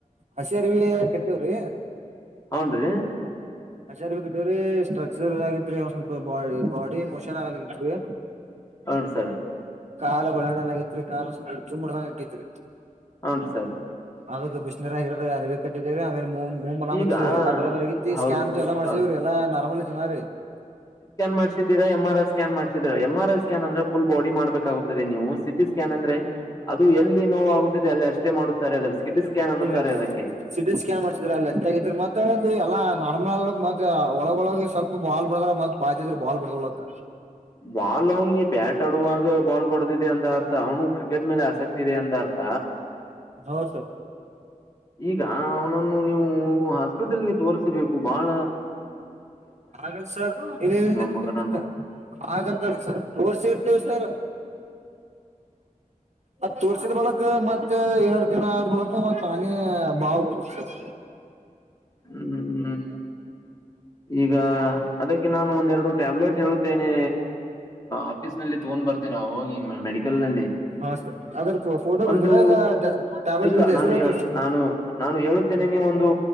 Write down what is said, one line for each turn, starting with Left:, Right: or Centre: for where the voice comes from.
Right: ಹಸಿರವಿ ಕತ್ತವ್ರಿ
Left: ಹೌನ್ರೀ
Right: ಹಸರ್ವಿ ಕಟ್ಟವ್ರೀ ಸ್ಟ್ರಕ್ಚರ್ ಇದಾಗಿತ್ರಿ ಒಂದ್ ಸ್ವಲ್ಪ ಬಾಡಿ ಬಾಡಿ ಮೋಷನ್ ಆಗಲಕ್ಕತ್ರಿ
Left: ಹ ಸರ್
Right: ಕಾಲ ಗಳಾಡಲ ಆತ್ರಿ ಕಾಲ ಸು ಜುಂಮ ಹಿಡದಂಗ ಹಾಕತ್ರಿ
Left: ಹೌನ್ ಸರ್
Right: ಆವಾಗ ಬಿಸಿನೀರಗ ಇಡ್ಡದೂ ಯರಿವಿಗೆ ಕಟ್ಟಿದೇವಿ ಆಮೇಲೆ ಮುವ್ ಮೂಲಮ್‌
Left: ಈಗ
Right: ಹಚ್ಚಿದ್ವಿ ರೀ ಎಲ್ಲಾ ಬರ ಬರಿ ಆಗತಿ
Left: ಹೌದು
Right: ಸ್ಕ್ಯಾನ್ ಎಲ್ಲಾ ಮಾಡ್ಸಿದಿವ್ರಿ
Left: ಹೌದು
Right: ಎಲ್ಲಾ ನಾರ್ಮಲ್ ಐತ್ ಅನರೀ
Left: ಮಾಡಿಸಿದ್ದಿರಾ ಎಂ ಆರ್ ಐ ಸ್ಕ್ಯಾನ್ ಮಾಡಿಸಿದ್ದೀರಾ ಎಂ ಆರ್ ಐ ಸ್ಕ್ಯಾನ್ ಅಂದ್ರೆ ಪುಲ್ ಬಾಡಿ ಮಾಡಬೇಕಾಗುತ್ತದೆ ನೀವು ಸಿಟಿ ಸ್ ಸ್ಕ್ಯಾನ್ ಅಂದ್ರೆ ಅದು ಎಲ್ಲಿ ನೋವು ಆಗುತ್ತದೆ ಅಲ್ಲಿ ಅಷ್ಟ್ ಟೇ ಮಾಡುತ್ತಾರೆ ಅದರಲ್ಲಿ ಸಿಟಿ ಸ್ಕ್ಯಾನ್ ಅನ್ನುತ್ತಾರೆ
Right: ಇಲ್ರಿ
Left: ಅದಕ್ಕೆ
Right: ಸಿಟಿ ಸ್ಕ್ಯಾನ್ ಮಾಡ್ಸಿದ್ರ ಅಲ್ಲಿ ಅಷ್ಟ ಮತ್ತ ಹೇಳ ಎಲ್ಲಾ ನಾರ್ಮಲ್ ಆದೊಳಗ್ ಮತ್ತೆ ಒಳಗೊಳಗೆ ಸ್ವಲ್ಪ ಬಾಲ್ ಬೆಳದ್ದಾರೆ ಮತ್ ಬಾಲ್ ಬರ್ದೊಳಂತ
Left: ಬಾಲ್ ಅವನಿಗೆ ಬ್ಯಾಟ್ ಆಡುವಾಗ ಬಾಲ್ ಬಡದಿದೆ ಅಂದ ಅರ್ಥ ಅವನ್ನು ಕ್ರಿಕೆಟ್ ಮೇಲೆ ಆಸಕ್ತಿ ಇದೆ ಅಂತ ಅರ್ಥ
Right: ಹೌದ್ ಸರ್
Left: ಈಗ ಅವನನ್ನು ನೀವು ಹಾಸ್ಪಿಟಲ್ಗೆ ತೋರಿಸಬೇಕು ಬಾಳ
Right: ಆಗಲ್ ಸರ್ ಇನೇನಿಲ್ಲ
Left: ಮಗನನ್ನು
Right: ಇಲ್ಲ ಹಾಗಂತ ಸರ್ ತೋರಸಿರ್ತೀವಿ ಸರ್ ಅದ್ ತೋರ್ಸಿದ್ ಬಳಕ ಮತ್ತೆ ಎರಡು ದಿನ ಆದ ಬಳಕ ಮತ್ ತಾನೇ ಬಾವು ಬರ್ತ್ ಸರ್
Left: ಹ್ಮ್ ಈಗ ಅದಕ್ಕೆ ನಾನು ಒಂದೆರಡು ಟ್ಯಾಬ್ಲೆಟ್ ಹೇಳುತ್ತೇನೆ ಆಫೀಸ್ ನಲ್ಲಿ ತಗೊಂಡ್ ಬರ್ತೀರಾೋಗಿ ಮ ಮೆಡಿಕಲ್ ನಲ್ಲಿ
Right: ಹಾ ಸರ್ ಅದ್ರ ಫೋಟೋ ಬಿಡ್ತೀರಾ
Left: ಒಂದು
Right: ಇಲ್ಲ ಟ್ಯಾಬ್ಲೆಟ್
Left: ಇಲ್ಲ
Right: ಹೆಸರು
Left: ನಾನು
Right: ಹೇಳ್ತೀರಾ
Left: ಹೇಳ
Right: ಸರ್
Left: ನಾನು ನಾನು ಹೇಳುತ್ತೇನೆ ನೀವ ಒಂದು